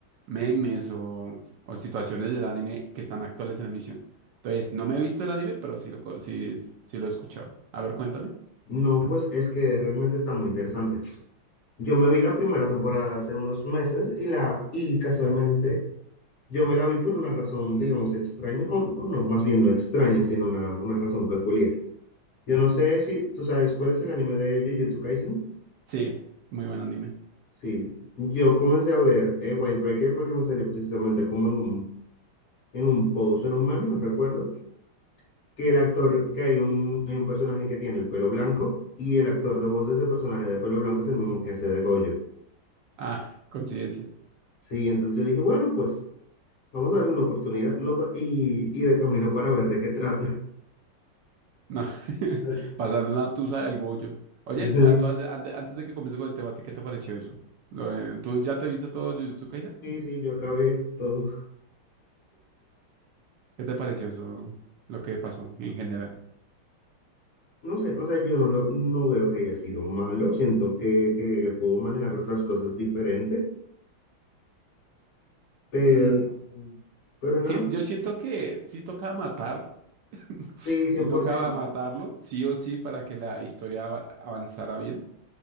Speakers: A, on the right; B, on the left.
A: memes o, o situaciones del anime que están actuales en emisión. Entonces, no me he visto el anime, pero sí lo, co- sí, sí lo he escuchado. A ver, cuéntame.
B: No, pues es que realmente está muy interesante. Yo me vi la primera temporada hace unos meses y la y casualmente Yo me la vi por una razón, digamos, extraña, o, o no, más bien no extraña, sino una, una razón peculiar. Yo no sé si tú sabes cuál es el anime de Jujutsu Kaisen.
A: Sí, muy buen anime.
B: Sí, yo comencé a ver eh, Windbreaker porque me salió precisamente como en un, en un post, en un meme, no recuerdo, que el actor, que hay un, hay un personaje que tiene el pelo blanco y el actor de voz de ese personaje de pelo blanco es el mismo que hace de Gojo.
A: Ah, coincidencias.
B: Sí, entonces yo dije, bueno, pues vamos a darle una oportunidad no, da- y, y de camino para ver de qué trata.
A: No, <laughs>
B: <laughs>
A: pasando una tusa del Goyo. Oye,
B: Sí.
A: a todas, antes, antes de que comience con el tema, ¿a ti ¿qué te pareció eso? Lo de- ¿tú ya te viste todo Jujutsu Kaisen?
B: Sí, sí, yo acabé todo.
A: ¿Qué te pareció eso, lo que pasó en general?
B: No sé, o sea, yo no lo, no veo que haya sido malo. Siento que, que, que pudo manejar otras cosas diferentes, pero,
A: Mm,
B: pero nada,
A: sí, yo siento que sí tocaba matar, <laughs>
B: sí, cien
A: sí
B: por
A: tocaba
B: ciento
A: matarlo, sí o sí, para que la historia ava- avanzara bien,